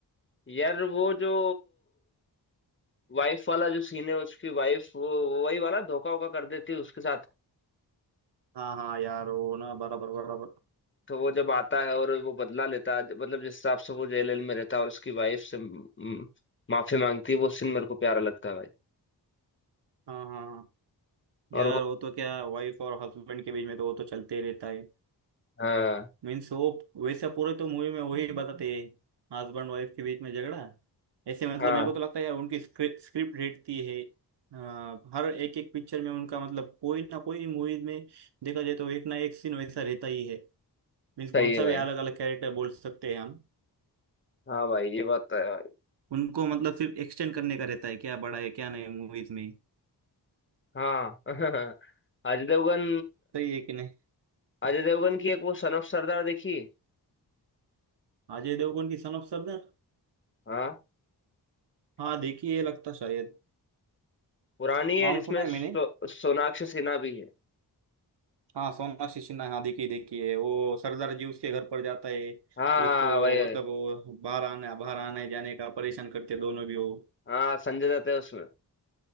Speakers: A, on the left; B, on the right.
A: यार वो जो वाइफ वाला जो सीन है उसकी वाइफ वही वाला धोखा वोखा कर देती है उसके साथ
B: हाँ हाँ यार वो ना बराबर बराबर
A: तो वो जब आता है और वो बदला लेता है मतलब जिस हिसाब से वो जेल में रहता है और उसकी वाइफ से म, म, माफी मांगती है वो सीन मेरे को प्यारा लगता है भाई
B: हाँ हाँ हाँ। यार
A: और वो
B: वो तो क्या वाइफ और हस्बैंड के बीच में तो वो तो चलते ही रहता है
A: हाँ
B: मीन्स वो वैसे पूरे तो मूवी में वही बताते हैं हस्बैंड वाइफ के बीच में झगड़ा ऐसे मतलब
A: हाँ
B: मेरे को तो लगता है यार उनकी स्क्रिप्ट रहती है अ, हर एक एक पिक्चर में उनका मतलब कोई ना कोई मूवी में देखा जाए तो एक ना एक सीन वैसा रहता ही है मीन्स
A: सही
B: कौन सा
A: है भाई
B: भी अलग अलग कैरेक्टर बोल सकते हैं हम
A: हाँ भाई ये बात तो है भाई
B: उनको मतलब सिर्फ एक्सटेंड करने का रहता है क्या बड़ा है क्या नहीं मूवीज में
A: हाँ <laughs> अजय देवगन
B: सही है कि नहीं
A: अजय देवगन की एक वो सन ऑफ सरदार देखी
B: अजय देवगन की सन ऑफ सरदार
A: हाँ
B: हाँ देखिए ये लगता शायद
A: पुरानी है
B: नाम
A: जिसमें
B: सुना है
A: सो,
B: मैंने
A: सोनाक्षी सिन्हा भी है
B: हाँ सोनाक्षी सिन्हा हाँ देखी देखी है वो सरदार जी उसके घर पर जाता है
A: हाँ
B: उसको
A: भाई
B: मतलब वो बाहर आने बाहर आने जाने का परेशान करते दोनों भी वो
A: हाँ संजय दत्त है उसमें